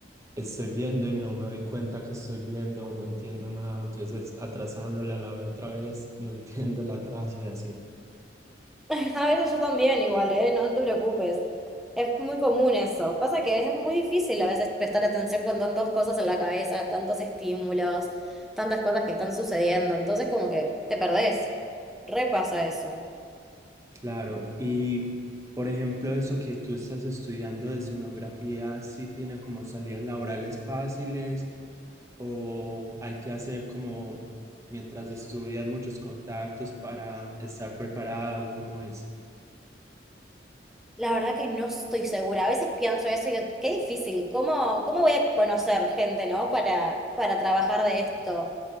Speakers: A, on the right; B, in the centre.
A: estoy viendo y no me doy cuenta que estoy viendo, no entiendo nada. Entonces atrasándola, la veo otra vez, no <laughs> entiendo el atraso y así.
B: <laughs> A veces yo también igual, ¿eh? No no te preocupes. Es muy común eso. Pasa que es muy difícil a veces prestar atención con tantas cosas en la cabeza, tantos estímulos, tantas cosas que están sucediendo. Entonces como que te perdés. Repasa eso.
A: Claro, y por ejemplo, eso que tú estás estudiando de escenografía, ¿sí tiene como salidas laborales fáciles o hay que hacer como mientras estudias muchos contactos para estar preparada o cómo es?
B: La verdad que no estoy segura. A veces pienso eso y digo, qué difícil. ¿Cómo, cómo voy a conocer gente, ¿no? Para, para trabajar de esto.